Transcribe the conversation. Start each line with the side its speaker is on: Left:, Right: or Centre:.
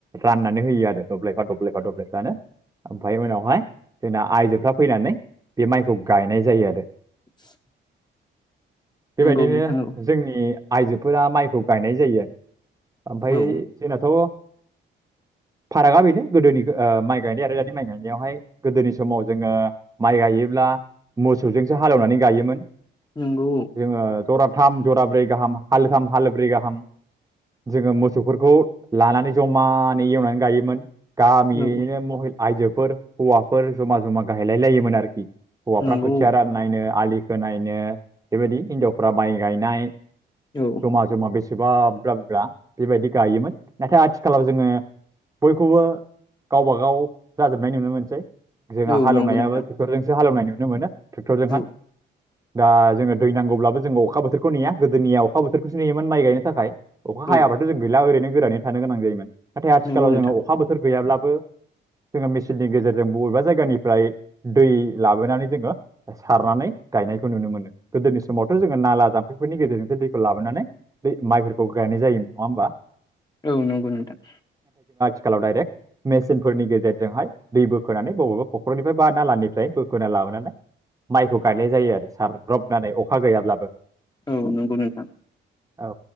Right: राननानै होयो आरो दब्लायफा दब्लायफा दब्लायफानो ओमफ्राय उनावहाय जोंना आइजोफ्रा फैनानै बे माइखौ गायनाय जायो आरो
Left: <inaudible>
Right: बेबायदिनो
Left: नंगौ नोंथां औ
Right: जोंनि आयजोफोरा माइखौ गायनाय जायो ओमफ्राय
Left: औ
Right: जोंनाथ' फारागा बेनो गोदोनि ओ माइ गायनाय आरो माइ गायनायावहाय गोदोनि समाव जोङो माइ गायोब्ला मोसौजोंसो हालेवनानै गायोमोन जोङो
Left: नंगौ
Right: जराथाम जराब्रै गाहाम हालोथाम हालब्रै गाहाम जोङो मोसौफोरखौ लानानै जमानै एवनानै गायोमोन गामियैनो
Left: औ
Right: महि हिनजावफोर हौवाफोर जमा जमा गायलायलायोमोन आरोकि हौवाफ्रा
Left: नंगौ
Right: खोथिया राननायनो आलि खोनायनो बेबायदि हिनजावफ्रा माइ गायनाय
Left: औ
Right: जमा ज'मा बे बेसेबा ब्ररजा ब्ररजा बेबायदि गायोमोन नाथाय आथिखालाव जोङो बयखौबो गावबा गाव जाजोबनाय नुनो मोनसै जोंहा
Left: औ
Right: हालेवनायाबो
Left: नंगौ नोंथां
Right: ट्रेक्टरजोंसो हालेवनाय नो नो मोनो ट्रेक्टरजोंहाय
Left: औ
Right: दा जोङो दै नांगौब्लाबो जोङो अखा बोथोरखौ नेया गोदोनिया अखा बोथोरखौसो नेयोमोन माइ गायनो थाखाय अखा हायाबाथ'
Left: औ
Right: जों गैला ओरैनो गोरानै थानो गोनां जायोमोन नाथाय आथिखालाव
Left: नंगौ नोंथां
Right: जोङो अखा बोथोर गैयाब्ला बो जोङो मेसिननि गेजेरजों बबेबा जायगानिफ्राय दै लाबोनानै जोङो सारनानै गायनायखौ नुनो मोनो गोदोनि समावथ' जोङो नाला जामफैफोरनि गेजेरजोंसो दैखौ लाबोनानै माइफोरखौ गायनाय जायोमोन नङा होमबा
Left: औ नंगौ नोंथांं
Right: खालाव डाइरेक्ट मेसिनफोरनि गेजेर जोंहाय दै बोखोनानै बबेबा ह'ख्रनिफ्राय बा नालानिफ्राय बो खोना लाबोनानै माइखौ गाय नाय जायो आरो साफ्रबनानै अखा गैयाब्लाबो
Left: औ नंगौ नोंथां
Right: औ